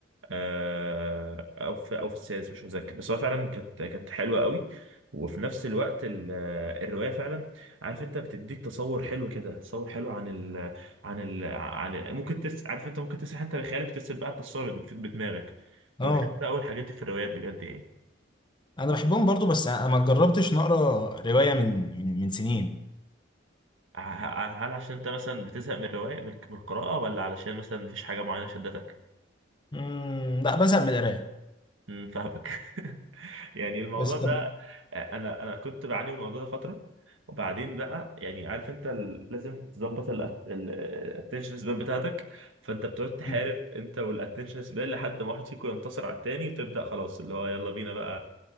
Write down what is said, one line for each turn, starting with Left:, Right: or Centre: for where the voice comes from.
Right: آه، او في او في السادس مش متذكر بس هو فعلا كانت كانت حلوه قوي وفي نفس الوقت ال- آه، الروايه فعلا عارف انت بتديك تصور حلو كده تصور حلو عن ال عن ال عن ال ممكن تس عارف انت ممكن تسرح انت بخيالك ترسم بقى انت الصوره بت- بدماغك
Left: اه
Right: فبحب ده اول حاجات دي في الروايات بجد يعني
Left: انا بحبهم برضو بس انا ما جربتش نقرا روايه من من من سنين
Right: ه- ه- هل عشان انت مثلا بتزهق من الروايه من من القراءه ولا علشان مثلا مفيش حاجه معينه شدتك؟
Left: امم لا بزهق من القرايه
Right: مم، فاهمك <laughs> يعني الموضوع
Left: بس
Right: ده
Left: كان
Right: انا انا كنت بعاني من الموضوع ده فتره وبعدين بقى يعني عارف انت ال- لازم تظبط الاتنشن سبان بتاعتك فانت بتقعد تحارب
Left: مم.
Right: انت والاتنشن سبان لحد ما واحد فيكم ينتصر على التاني وتبدا خلاص اللي هو يلا بينا بقى